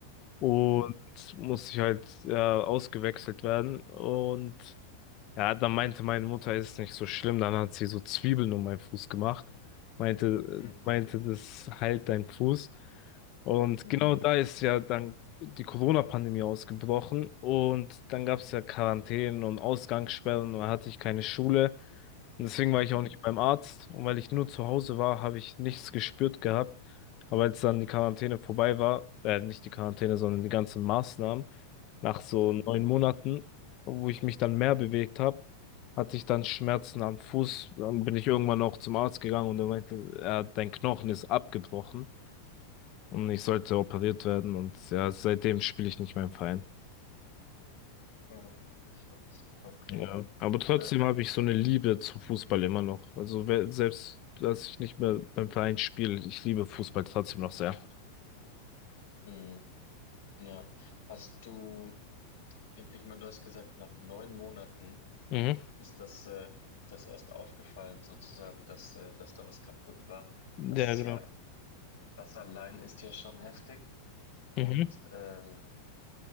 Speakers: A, on the left; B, on the left.
A: Und
B: Mhm.
A: musste ich halt ja, ausgewechselt werden. Und ja, dann meinte meine Mutter, ist nicht so schlimm. Dann hat sie so Zwiebeln um meinen Fuß gemacht. Meinte,
B: Mhm.
A: äh, meinte, das heilt dein Fuß. Und
B: Mhm.
A: genau da ist ja dann die Corona-Pandemie ausgebrochen. Und dann gab es ja Quarantänen und Ausgangssperren und da hatte ich keine Schule. Und deswegen war ich
B: Mhm.
A: auch nicht beim Arzt. Und weil ich nur zu Hause war, habe ich nichts gespürt gehabt. Aber als dann die Quarantäne vorbei war, äh, nicht die Quarantäne, sondern die ganzen Maßnahmen, nach so
B: Mhm.
A: neun Monaten, wo ich mich dann mehr bewegt habe, hatte ich dann Schmerzen am Fuß. Dann bin ich irgendwann auch zum Arzt gegangen und er meinte, ja, dein Knochen ist abgebrochen und ich sollte operiert werden. Und ja, seitdem spiele ich nicht mehr im Verein.
B: Mhm. Okay.
A: Ja, aber trotzdem
B: Ja.
A: habe ich so eine Liebe zum Fußball immer noch. Also we- selbst, dass ich nicht mehr beim Verein spiele, ich liebe Fußball trotzdem noch sehr.
B: Mhm. Ja. Hast du, ich meine, du hast gesagt, nach neun Monaten
A: Mhm.
B: ist das, äh, ist das erst aufgefallen, sozusagen, dass, äh, dass da was kaputt war.
A: Ja,
B: Das ist
A: genau.
B: ja, das allein ist ja schon heftig. Und
A: Mhm.
B: ähm,